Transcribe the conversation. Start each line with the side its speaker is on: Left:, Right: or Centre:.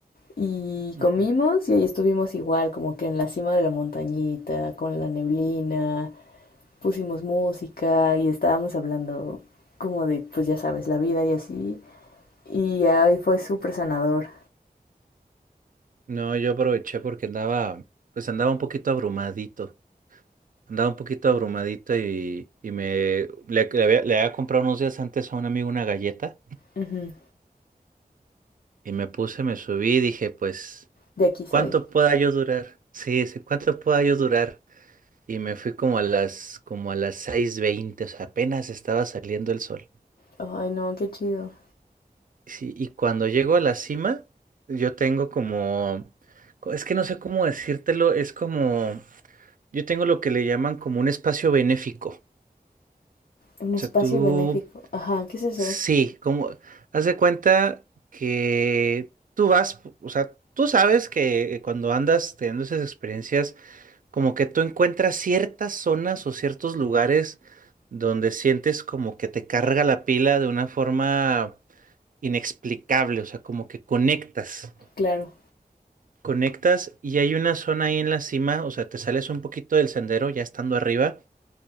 Left: y
Right: ujú.
Left: comimos y ahí estuvimos igual, como que en la cima de la montañita, con la neblina, pusimos música y estábamos hablando como de, pues ya sabes, la vida y así. Y ahí fue súper sanador.
Right: No, yo aproveché porque andaba, pues andaba un poquito abrumadito. Andaba un poquito abrumadito y, y me le, le había, le había comprado unos días antes a un amigo una galleta
Left: Ujú.
Right: y me puse, me subí y dije, pues,
Left: De aquí soy.
Right: ¿cuánto pueda yo durar? Sí, sí, ¿cuánto pueda yo durar? Y me fui como a las, como a las seis veinte o sea, apenas estaba saliendo el sol.
Left: Ay, no, qué chido.
Right: Sí, y cuando llego a la cima, yo tengo como, co- es que no sé cómo decírtelo, es como, yo tengo lo que le llaman como un espacio benéfico.
Left: Un espacio
Right: O sea, tú,
Left: benéfico. Ajá, ¿qué es eso?
Right: sí, como, haz de cuenta que tú vas, o sea, tú sabes que cuando andas teniendo esas experiencias, como que tú encuentras ciertas zonas o ciertos lugares donde sientes como que te carga la pila de una forma inexplicable, o sea, como que conectas,
Left: Claro.
Right: conectas y hay una zona ahí en la cima, o sea, te sales un poquito del sendero ya estando arriba,